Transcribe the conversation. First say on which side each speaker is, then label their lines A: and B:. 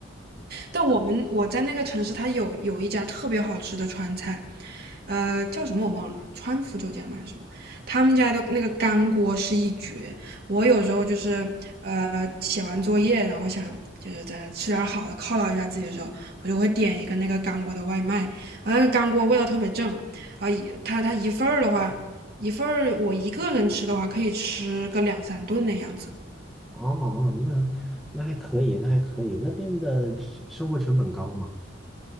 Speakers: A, on the right; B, in the centre.
A: 但我们我在那个城市，它有有一家特别好吃的川菜，呃，叫什么我忘了，川福酒家嘛还是什么？他们家的那个干锅是一绝。我有时候就是呃写完作业，然后想就是在吃点儿好的犒劳一下自己的时候，我就会点一个那个干锅的外卖，然后那个干锅味道特别正，啊一它它一份儿的话，一份儿我一个人吃的话可以吃个两三顿那样子。
B: 哦哦，那那还可以，那还可以。那边的吃生活成本高嘛？